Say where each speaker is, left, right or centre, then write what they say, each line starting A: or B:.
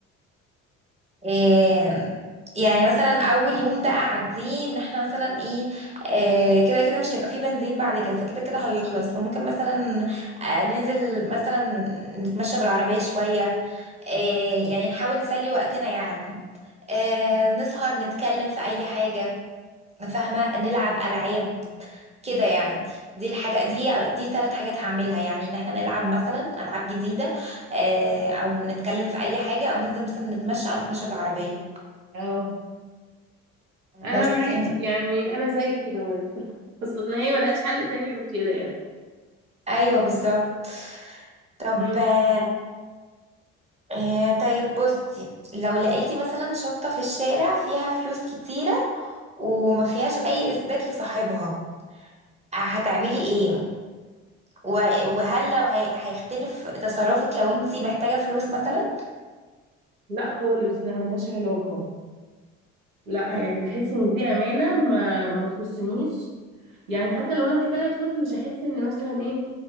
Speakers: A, on the right (about 15°); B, on the right (about 85°).
A: إيه يعني مثلا اول يوم ده قاعدين ان احنا مثلا ايه إيه كده كده مش هيبقى فيه بنزين بعد كده فكده كده هيخلص فممكن مثلا آه، ننزل مثلا نتمشى بالعربية شوية إيه يعني نحاول نسلي وقتنا يعني إيه نسهر نتكلم في اي حاجة فاهمة نلعب العاب كده يعني دي الحاجة دي دي ثلاث حاجات هعملها يعني ان احنا نلعب مثلا العاب جديدة آه، او نتكلم في اي حاجة او ننزل مثلا نتمشى او نتمشى بالعربية
B: اه انا
A: بس
B: معاك
A: انت
B: يعني انا زي كده برضه <laughs> اصل هي ملهاش حل تاني غير كده يعني
A: ايوه بالظبط طب
B: مم.
A: آه، آه، طيب بصي لو لقيتي مثلا شنطة في الشارع فيها فلوس كتيرة وما فيهاش اي اثبات لصاحبها آه، هتعملي ايه و- وهل لو هي- هيختلف تصرفك لو انت محتاجة فلوس مثلا
B: لا خالص ده ملهاش علاقه لا
A: مم.
B: يعني بحس ان دي امانه ما ما تخصنيش يعني حتى لو انا محتاجه فلوس مش هحس ان مثلا ايه